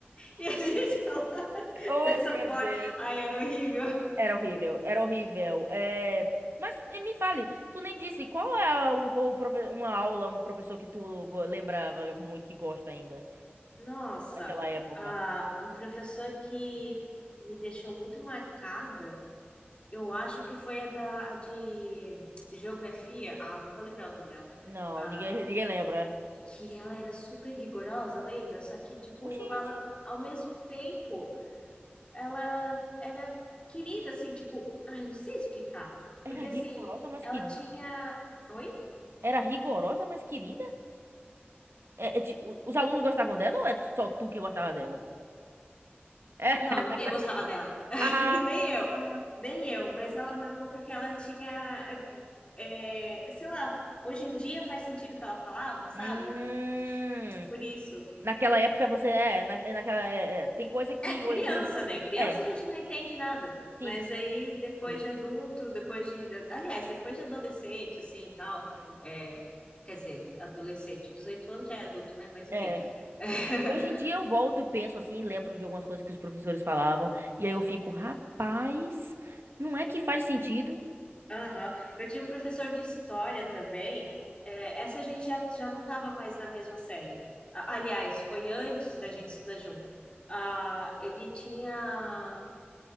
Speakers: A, on the left; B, on the right.
A: E a gente falava
B: Oh,
A: dessa
B: meu
A: forma.
B: Deus.
A: Ai, era horrível.
B: Era horrível, era horrível. É, Mas eh, me fale, tu nem disse, qual é a- um, o profe- uma aula, um professor que tu go- lembrava muito, que gosta ainda,
A: Nossa,
B: daquela época?
A: ah, um professor que me deixou muito marcada, eu acho que foi a, da, a de geografia. Ah, não vou lembrar o nome dela.
B: Não,
A: Ah,
B: ninguém, ninguém lembra.
A: que ela era super rigorosa, lembra? Só que, tipo,
B: Oxente,
A: ela, ao mesmo tempo, ela era querida, assim, tipo, ai, eu não sei explicar.
B: era
A: Porque,
B: rigorosa,
A: assim,
B: mas
A: ela
B: querida.
A: tinha. Oi?
B: Era rigorosa, mas querida? É, é, ti- o- os alunos gostavam dela ou é só tu que gostava dela? <laughs>
A: Não, ninguém gostava dela. <laughs>
B: Ah,
A: Nem eu. Nem eu. Mas ela marcou porque ela tinha. é, sei lá, hoje em dia faz sentido o que ela falava, sabe?
B: hum.
A: Por isso.
B: Naquela época você é, na, é naquela é, é, tem coisa que
A: É criança,
B: hoje
A: né? Criança
B: é,
A: a gente não entende nada.
B: sim.
A: Mas aí, depois
B: sim.
A: de adulto, depois de. Aliás, depois de adolescente, assim e tal.
B: uhum.
A: é, quer dizer, adolescente, 18 anos já é adulto, né? Mas enfim.
B: É.
A: <laughs>
B: Hoje em dia eu volto e penso assim, e lembro de algumas coisas que os professores falavam, e aí eu fico, rapaz, não é que faz sentido?
A: Aham. Eu tinha um professor de história também. é, essa a gente já, já não estava mais na mesma série. A- aliás, foi antes da gente estudar junto. Ah, ele tinha